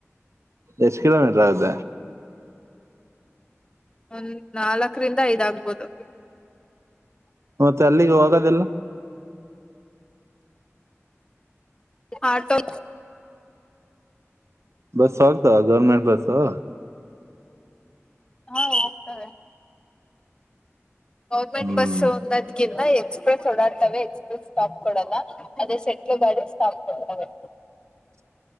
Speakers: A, on the right (about 70°); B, on the left (about 20°).
A: ಎಷ್ಟು ಕಿಲೋಮೀಟರ್ ಅದ.
B: ಒಂದ್, ನಾಲ್ಕರಿಂದ ಐದ್ ಆಗಬೋಹುದು.
A: ಮತ್ತೆ ಅಲ್ಲಿಗೆ ಹೋಗೋದೆಲ್ಲ.
B: Auto
A: bus <unintelligible> government bus.
B: ಹಾ ಹೋಗ್ತವೆ. ಗೌರ್ಮೆಂಟ್
A: ಹ್ಮ್
B: ಬಸ್ಸು <unintelligible> ಎಕ್ಸ್ಪ್ರೆಸ್ ಓಡಾಡ್ತವೆ ಎಕ್ಸ್ಪ್ರೆಸ್ ಸ್ಟಾಪ್ ಕೊಡಲ್ಲ ಅದೇ ಸೆಟ್ಲು ಗಾಡಿ ಸ್ಟಾಪ್ ಕೊಡ್ತವೆ.
A: <inaudible>